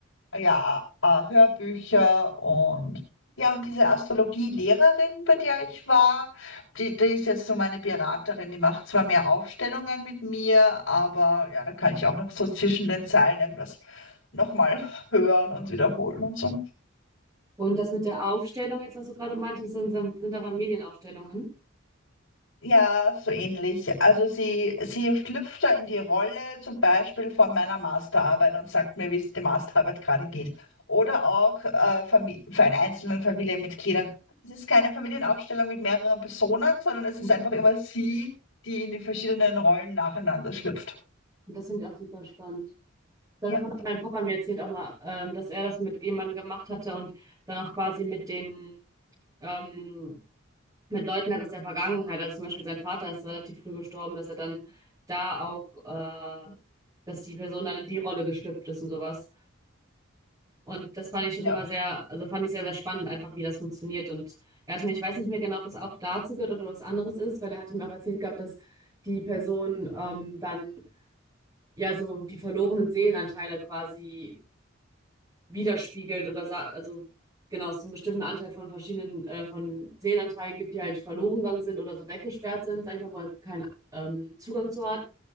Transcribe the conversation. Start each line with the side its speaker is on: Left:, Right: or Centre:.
Left: ja, äh, Hörbücher und ja, und diese Astrologielehrerin, bei der ich war, die, die ist jetzt so meine Beraterin, die macht zwar mehr Aufstellungen mit mir, aber ja, da kann ich auch noch so zwischen den Zeilen irgendwas nochmal hören und wiederholen und so.
Right: Und das mit der Aufstellung jetzt, was du gerade meintest, sind, sind, sind da Familienaufstellungen.
Left: Ja, so ähnlich. Also sie, sie schlüpft da in die Rolle zum Beispiel von meiner Masterarbeit und sagt mir, wie es der Masterarbeit gerade geht. Oder auch äh, Famili- für einen einzelnen Familienmitgliedern. Es ist keine Familienaufstellung mit mehreren Personen, sondern es
Right: Mhm.
Left: ist einfach immer sie, die in die verschiedenen Rollen nacheinander schlüpft.
Right: Und Das finde ich auch super spannend. Davon
Left: Ja,
Right: hat mein Papa mir erzählt auch mal, ähm, dass er das mit jemandem gemacht hatte und dann auch quasi mit den ähm, mit Leuten halt aus der Vergangenheit. Also zum Beispiel sein Vater ist relativ früh gestorben, dass er dann da auch, äh, dass die Person dann in die Rolle geschlüpft ist und sowas. Und das fand ich schon
Left: ja,
Right: immer sehr, also fand ich sehr, sehr spannend einfach, wie das funktioniert. Und er hatte mir, ich weiß nicht mehr genau, ob das auch dazu gehört oder was anderes ist, weil er hat ihm auch erzählt gehabt, dass die Person ähm, dann ja so die verlorenen Seelenanteile quasi widerspiegelt oder sa- also genau, es so einen bestimmten Anteil von verschiedenen äh, von Seelenanteilen gibt, die halt verloren gegangen sind oder so weggesperrt sind, sag ich mal, wo halt kein ähm, Zugang zu hat.